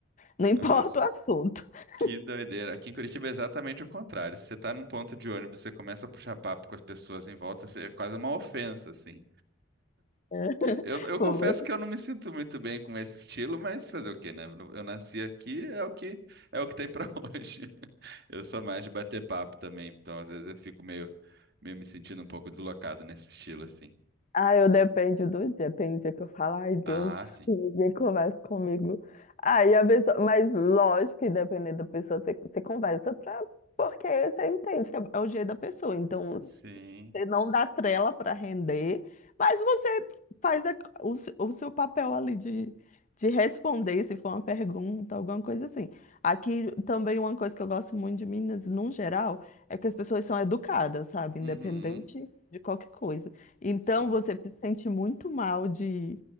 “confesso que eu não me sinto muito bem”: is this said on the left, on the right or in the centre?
Right